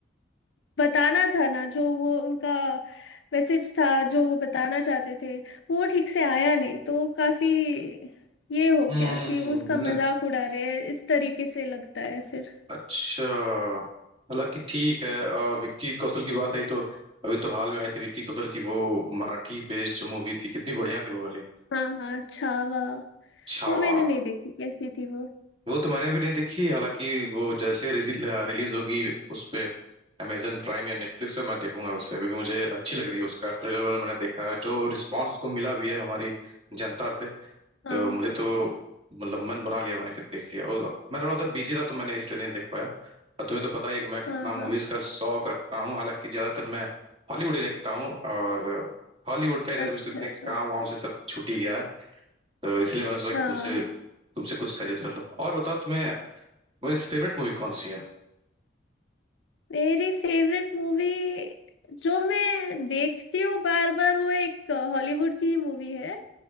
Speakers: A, on the left (about 70°); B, on the right (about 30°).
A: बताना था ना जो वो उनका मैसेज था जो वो बताना चाहते थे वो ठीक से आया नहीं तो काफ़ी ये हो
B: हम्म
A: गया कि उसका मजाक
B: न-
A: उड़ा रहे हैं इस तरीके से लगता है फिर
B: अच्छा हालांकि ठीक है अ, विक्की कौशल की बात आई तो अभी तो हाल में आई थी विक्की कौशल की वो मराठी बेस्ड जो मूवी थी कितनी बढ़िया थी वो वाली
A: हाँ हाँ छावा
B: छावा
A: वो मैंने नहीं देखी कैसी थी वो
B: वो तो मैंने भी नहीं देखी हालांकि वो जैसे रिलीज होगी उस पे अमेजन प्राइम या नेटफ्लिक्स पे मैं देखूंगा उसे क्योंकि मुझे अच्छी लग रही है उसका ट्रेलर वगैरह मैंने देखा है जो रिस्पांस उसको मिला भी है हमारी जनता से तो
A: हाँ
B: मुझे तो मतलब मन बना लिया मैंने कि देख लिया और मैं थोड़ा उधर बिजी था तो मैंने इसलिए नहीं देख पाया और तुम्हें तो पता ही है कि मैं कितना
A: हाँ
B: मूवीज
A: हाँ
B: का शौक रखता हूँ हालांकि ज्यादातर मैं हॉलीवुड ही देखता हूँ और हॉलीवुड का इधर
A: अच्छा
B: भी तो इतने
A: अच्छा
B: काम वाम से सब छूट ही गया है तो इसलिए मैंने सोचा कि
A: हाँ
B: तुमसे तुमसे कुछ सजेशन लो और बताओ तुम्हें वैसे फेवरेट मूवी कौन सी है
A: मेरी फेवरेट मूवी जो मैं देखती हूँ बार बार वो एक हॉलीवुड की ही मूवी है